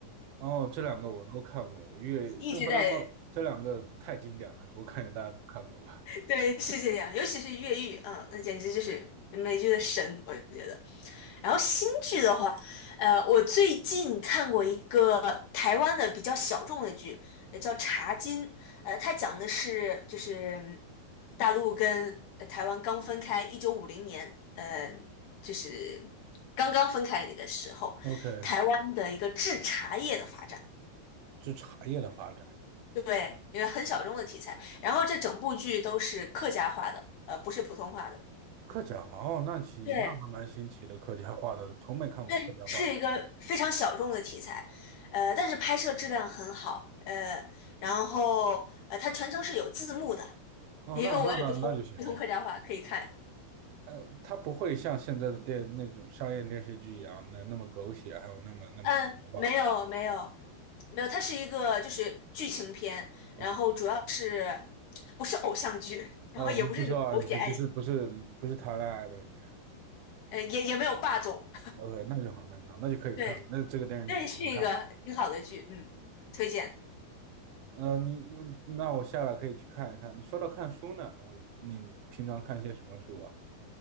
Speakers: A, on the right; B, on the left.
A: 哦，这两个我都看过，越《生活大爆》这两个太经典了，
B: 一直在
A: 我感觉大家都看过吧。
B: 对，是这样，尤其是越狱，嗯，那简直就是美剧的神，我觉得。然后新剧的话，呃，我最近看过一个台湾的比较小众的剧，呃，叫《茶金》，呃，它讲的是就是嗯大陆跟呃台湾刚分开，一九五零年，呃，就是刚刚分开那个时候，
A: OK，
B: 台湾的一个制茶业的发展，
A: 这茶叶的发展。
B: 对，因为很小众的题材。然后这整部剧都是客家话的，呃，不是普通话的。
A: 客家话哦，那行，
B: 对
A: 那还蛮新奇的，客家话的，从没看过客家话的这些。
B: 对，是一个非常小众的题材，呃，但是拍摄质量很好，呃，然后呃，它全程是有字幕的，
A: 哦，
B: 因为我也不通不通客家话，
A: 那那那那就行，那就行。
B: 可以看。
A: 呃，它不会像现在的电那种商业电视剧一样，那那么狗血，还有那么那么神话吧
B: 嗯，没有没有没有，它是一个就是剧情片，
A: ？OK，
B: 然后主要是不是偶像剧，
A: 哦，
B: 然后也不是那种狗血爱情，
A: 不不是奥安区，不是不是不是谈恋爱的里面。
B: 呃，也也没有霸总，
A: OK，那就好，那就好，那就可以看，
B: <laughs> 对，
A: 那这个电视剧就能看了。
B: 但是是一个挺好的剧，嗯，推荐。
A: 呃，你那我下来可以去看一看。你说到看书呢，我你平常看些什么书啊？